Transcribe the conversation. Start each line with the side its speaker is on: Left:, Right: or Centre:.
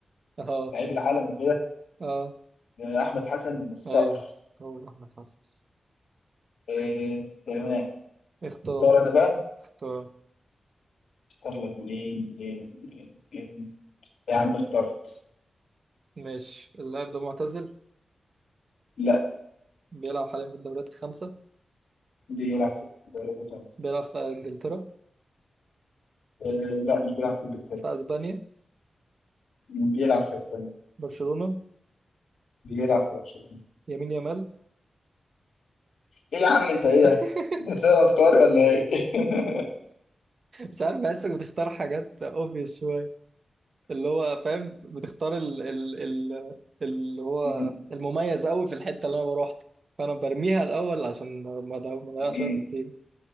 Right: اه
Left: لعيب العالم وكده
Right: اه
Left: آه، احمد حسن الصقر
Right: ايوه هو احمد حسن
Left: آه، تمام
Right: اختار
Left: اختار انا بقى
Right: اختار
Left: اختار لك منين منين منين منين. يا عم اخترت
Right: ماشي اللاعب ده معتزل
Left: لا
Right: بيلعب حاليا في الدوريات الخمسة
Left: بيلعب في الدوري الفرنسي
Right: بيلعب في انجلترا
Left: آه، لا مش بيلعب في انجلترا
Right: في اسبانيا
Left: بيلعب في اسبانيا
Right: برشلونة
Left: بيلعب في برشلونة
Right: يمين يامال
Left: ايه يا عم انت ايه
Right: <laughs>
Left: ده؟ ده ترى افكاري ولا ايه؟ <laughs>
Right: مش عارف بحسك بتختار حاجات اوبفيس شوية اللي هو فاهم بتختار ال ال ال اللي هو
Left: مم.
Right: المميز قوي في الحتة اللي انا بروحها فانا برميها الاول عشان ما ما اضيعش
Left: مم.
Right: وقت كتير